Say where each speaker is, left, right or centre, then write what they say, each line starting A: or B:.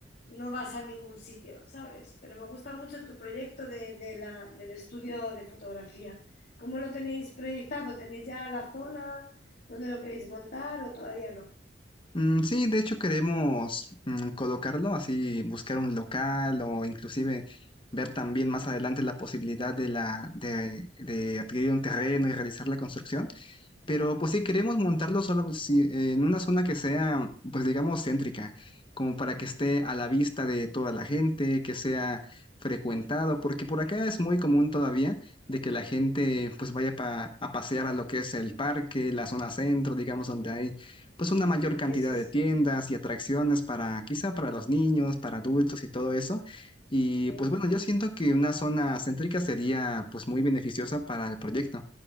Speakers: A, on the left; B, on the left.
A: no vas a ningún sitio, ¿sabes? Pero me gusta mucho tu proyecto de, de la- del estudio de fotografía. ¿Cómo lo tenéis proyectado? ¿Tenéis ya la zona donde lo queréis montar o todavía no?
B: Mm, sí, de hecho queremos mm, colocarlo, así buscar un local o inclusive ver también más adelante la posibilidad de la de, de adquirir un terreno y realizar la construcción. Pero pues sí, queremos montarlo solo si- eh, en una zona que sea, pues digamos, céntrica, como para que esté a la vista de toda la gente, que sea frecuentado, porque por acá es muy común todavía de que la gente pues vaya pa- a pasear a lo que es el parque, la zona centro, digamos, donde hay pues una mayor cantidad
A: Sí, sí, sí.
B: de tiendas y atracciones para quizá para los niños, para adultos y todo eso. Y
A: sí.
B: pues bueno, yo siento que una zona céntrica sería pues muy beneficiosa para el proyecto.